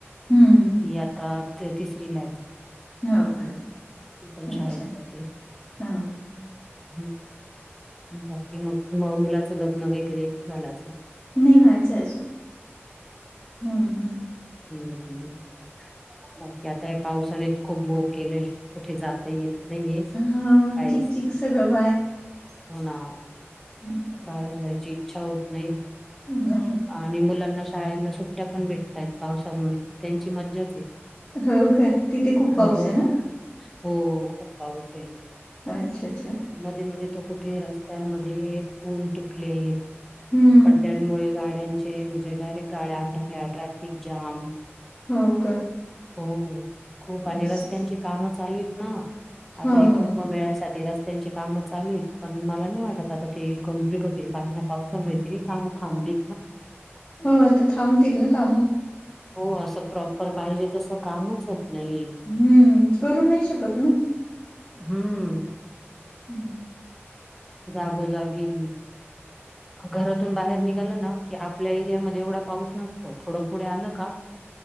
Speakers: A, on the left; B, in the centre.
A: हम्म
B: ती आता तिसरी ला आहे.
A: हो का.
B: ती पण शाळेत
A: अच्छा
B: जाते.
A: हा
B: ह बाकी मग म मुलाचं लग्न वगैरे झालं असेल?
A: नाही व्हायचं अजून हम्म हम्.
B: हम्म् बाकी आता पावसानेच खूप बोर केलेय. कुठे जात येत नाहीये काहीच
A: हो चिकचिक
B: नाही
A: सगळं
B: हो ना.
A: हम्म
B: बाहेर जायची इच्छा होत नाही.
A: नाही?
B: आणि मुलांना शाळेला सुट्ट्या पण भेटताय पावसामुळे त्यांची मज्जाच आहे.
A: हो काय तिथे खूप पाऊस
B: हो
A: आहे ना?
B: हो खूप पाऊस आहे.
A: अच्छा अच्छा..
B: मध्ये मध्ये तर कुठे रस्त्यांमध्ये पूल तुटले
A: हम्म,
B: खड्ड्यांमुळे..... गाड्यांचे म्हणजे डायरेक्ट गाड्या अटकल्या ट्रॅफिक जाम.
A: हो का?
B: हो खूप
A: अस
B: आणि रस्त्यांची. काम चालू आहेत ना आता
A: हो, हो,
B: हे कुंभ मेळ्यासाठी रस्..... त्यांचे कामं चालू आहेत पण मला नाही वाटत आता ते कम्प्लीट होतील कारण या पावसामुळे तरी कामं थांबली.....
A: हो तर थांबतील ना काम.
B: हो असं प्रॉपर पाहिजे तसं कामच होत... नाही
A: हम्म करू नाही शकत ना.
B: हम्म
A: हम्म
B: जागोजागी..... घरातून बाहेर निघालं ना की आपल्या एरियामध्ये एवढा पाऊस नसतो थोडं पुढे आलं..... का